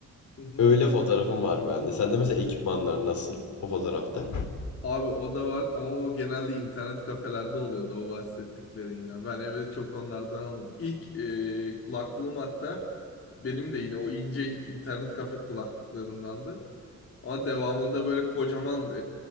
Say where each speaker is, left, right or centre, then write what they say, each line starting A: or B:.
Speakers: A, on the left; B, on the left.
A: Hı hı.
B: Öyle fotoğrafım var bende. Sende mesela ekipmanlar nasıl o fotoğrafta?
A: Abi o da var ama o genelde internet kafelerde oluyordu o bahsettiklerin ya. Ben evde çok onlardan almadım. İlk e, kulaklığım hatta benim de yine o ince internet kafe kulaklıklarındandı. Ama devamında böyle kocaman e,